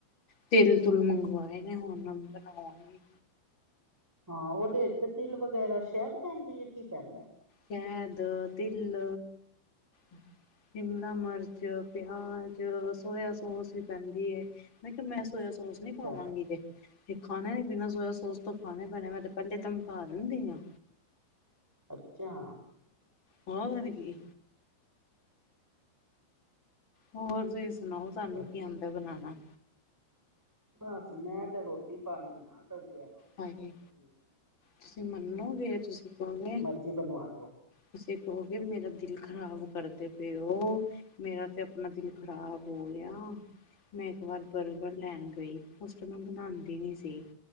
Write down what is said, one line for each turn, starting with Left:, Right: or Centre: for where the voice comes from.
Left: ਤਿਲ- ਤੁਲ ਮੰਗਵਾਏ ਨੇ, ਹੁਨ ਮੈ ਬਨਾਵਾਂਗੀ।
Centre: ਹਾਂ ਉਹਦੇ ਇਚ ਤੇ ਤਿਲ ਵਗੈਰਾ ਸ਼ਹਿਦ ਪੈਂਦੀ ਹੈ, ਕੀ ਪੈਂਦਾ?
Left: ਕੈਦ, ਤਿਲ ਸ਼ਿਮਲਾ ਮਰਚ, ਪਿਆਜ, ਸੋਇਆ ਸੋਸ ਵੀ ਪੈਂਦੀ ਏ। ਮੈਂ ਕਿਹਾ, ਮੈਂ ਸੋਇਯਾ ਸੋਸ
Centre: ਅੱਛਾ
Left: ਨੀ ਪਾਵਾਂਗੀ ਤੇ। ਤੇ ਖਾਣੇ ਬਿਨਾਂ ਸੋਇਆ ਸੋਸ ਤੋਂ ਖਾਣੇ ਪੈਣੇ। ਮੈਂ ਤੇ ਪਹਿਲੇ ਧਮਕਾ ਦਿੰਦੀ ਹਾਂ।
Centre: ਅੱਛਾ।
Left: ਹਾਂ ਹੋਰ ਕੀ ਹੋਰ ਤੁਜੀ ਸੁਣਾਓ ਤੁਹਾਨੂੰ
Centre: ਵਧੀਆ
Left: ਕੀ ਆਂਦਾ ਬਨਾਣਾ।
Centre: ਬਸ ਮੈਂ ਤੇ ਰੋਟੀ- ਪਾਨੀ ਬਨਾ ਸਕਦੀ ਹਾਂ ਰੋਟੀ
Left: ਹਾਏ।
Centre: ਸਬਜ਼ੀ।
Left: ਤੁਸੀਂ ਮੰਨੋਗੇ ਤੁਸੀਂ ਕਹੋਗੇ।
Centre: ਜੀ ਬਨਵਾ ਲਓ ਜੀ।
Left: ਤੁਸੀਂ ਕਹੋਗੇ ਮੇਰਾ ਦਿਲ ਖ਼ਰਾਬ ਕਰਦੇ ਪਏ ੳ। ਮੇਰਾ ਤੇ ਅਪਨਾ ਦਿਲ ਖ਼ਰਾਬ ਹੋ ਗਿਆ। ਮੈਂ ਏਕ ਵਾਰ ਬਰਗਰ ਲੈਣ ਗਈ, ਓਸ ਤੇ ਮੈਂ ਬਣਾਦੀ ਨੀ ਸੀ,